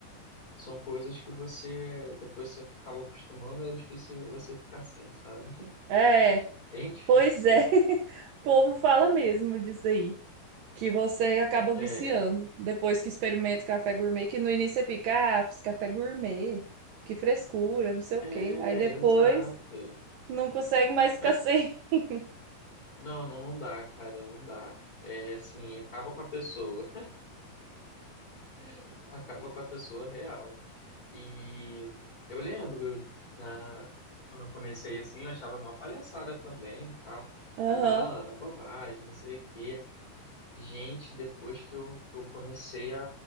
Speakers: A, on the left; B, on the right.
A: São coisas que você, depois você acaba acostumando, é difícil você ficar sem, sabe? <laughs>
B: É,
A: É difícil.
B: pois é. <laughs> O povo fala mesmo disso aí, que você acaba
A: É,
B: viciando depois que experimenta o café gourmet, que no início você fica, ah, fiz café gourmet, que frescura, não sei
A: é,
B: o quê. Aí depois
A: exato.
B: não consegue mais ficar
A: Ah,
B: sem. <laughs>
A: Não, não, não dá, cara, não dá. É assim, acaba com a pessoa, <laughs> acaba com a pessoa real. E eu lembro na quando eu comecei assim, eu achava mó palhaçada também, e tal.
B: Aham,
A: Ah, não, é bobagem, não sei o quê. Gente, depois que eu, que eu comecei a,